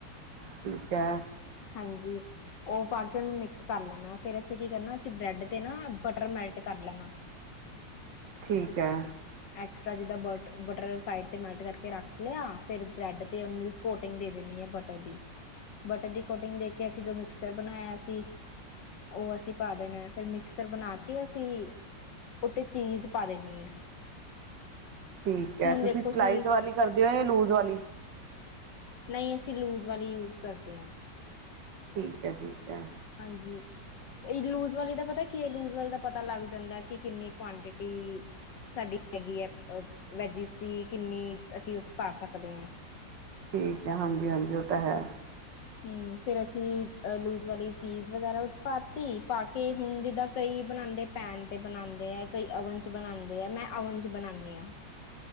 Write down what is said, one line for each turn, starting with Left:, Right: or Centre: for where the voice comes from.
Right: ਠੀਕ ਹੈ।
Left: ਹਾਂਜੀ ਉਹ ਪਾ ਕੇ ਉਹਨੂੰ ਮਿਕਸ ਕਰ ਲੈਣਾ ਫਿਰ ਅਸੀਂ ਕੀ ਕਰਨਾ ਅਸੀਂ ਬ੍ਰੈਡ ਤੇ ਨਾ ਬਟਰ ਮੈਲਟ ਕਰ ਲੈਣਾ।
Right: ਠੀਕ ਹੈ।
Left: ਐਕਸਟਰਾ ਜਿੱਦਾਂ ਬ ਬਟਰ ਸਾਈਡ ਤੇ ਮੈਲਟ ਕਰਕੇ ਰੱਖ ਲਿਆ ਫਿਰ ਬ੍ਰੈਡ ਤੇ ਉਹਨੂੰ ਕੋਟਿੰਗ ਦੇ ਦੇਣੀ ਹੈ ਬਟਰ ਦੀ ਬਟਰ ਦੀ ਕੋਟਿੰਗ ਦੇ ਕੇ ਅਸੀਂ ਜੋ ਮਿਕਚਰ ਬਣਾਇਆ ਸੀ। ਉਹ ਅਸੀਂ ਪਾ ਦੇਣਾ ਫਿਰ ਮਿਕਸਰ ਬਣਾ ਕੇ ਅਸੀਂ ਉਤੇ ਚੀਜ਼ ਪਾ ਦੇਂਣੀ ਏ।
Right: ਠੀਕ ਹੈ ਤੁਸੀਂ
Left: ਦੇਖੋ
Right: ਸਿਲਾਈਜ਼
Left: ਚੀਜ਼
Right: ਵਾਲੀ ਕਰਦੇ ਹੋ ਜਾਂ ਲੂਜ਼ ਵਾਲੀ
Left: ਨਹੀਂ ਅਸੀਂ ਲੂਜ਼ ਵਾਲੇ ਯੂਜ ਕਰਦੇ ਆਂ।
Right: ਠੀਕ ਹੈ ਠੀਕ ਹੈ।
Left: ਹਾਂਜੀ ਲੂਜ ਵਾਲੀ ਦਾ ਪਤਾ ਕੀ ਹੈ ਲੂਜ ਵਾਲੇ ਦਾ ਪਤਾ ਲੱਗ ਜਾਂਦਾ ਕਿ ਕਿੰਨੀ ਕੁਆਂਟਿਟੀ ਸਾਡੀ ਹੈਗੀ ਹੈ ਵੈਜਿਸ ਦੀ ਕਿੰਨੀ ਅਸੀਂ ਉਹ ਪਾ ਸਕਦੇ ਹਾਂ।
Right: ਠੀਕ ਹੈ ਹਾਂਜੀ- ਹਾਂਜੀ ਉਹ ਤੇ ਹੈ।
Left: ਹੂੰ ਫੇਰ ਅਸੀਂ ਅ ਲੂਜ ਵਾਲੀ ਚੀਜ਼ ਵਗੈਰਾ ਵਿੱਚ ਪਾਤੀ ਪਾ ਕੇ ਹੁਣ ਜਿੱਦਾਂ ਕਈ ਬਣਾਂਦੇ ਪੈਨ ਤੇ ਬਣਾਂਦੇ ਹੈ ਕਈ ਅਵਨ -ਚ ਬਣਾਂਦੇ ਹੈ ਮੈਂ ਅਵਨ 'ਚ ਬਣਾਣੀ ਆਂ।